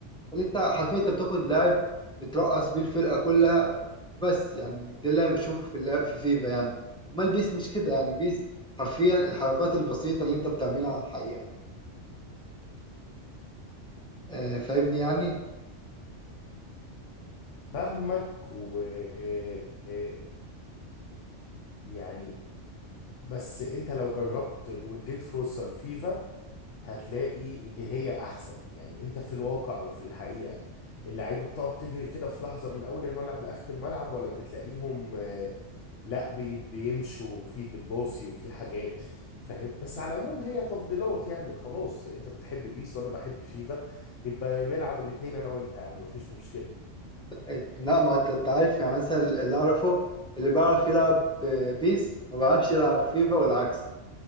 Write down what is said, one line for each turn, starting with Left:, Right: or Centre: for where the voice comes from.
Centre: فاللي انت حرفيا انت بتاخد لاعب بترقص بيه الفرقه كلها وبس يعني ده اللي انا بشوفه في اللعب في فيفا يعني امال بيس مش كده يعني بيس حرفيا الحركات البسيطه اللي انت بتعملها على الحقيقه آه فاهمني يعني
Left: فاهمك و آه، يعني بس انت لو جربت واديت فرصة لفيفا هتلاقي ان هي احسن يعني انت في الواقع وفي الحقيقة اللعيبة بتقعد تجري كده في لحظة من اول الملعب لاخر الملعب ولا بتلاقيهم آه، لا بي- بيمشوا وفي بتباصي وفي حاجات فاهم بس على العموم هي تفضيلات يعني خلاص انت بتحب بيس وانا بحب فيفا يبقى نلعب الاتنين انا وانت يا عم مفيش مشكلة
Centre: ات- لا ما انت انت عارف يعني مثلا اللي اعرفه اللي بيعرف يلعب آه، بيس ما بيعرفش يلعب فيفا والعكس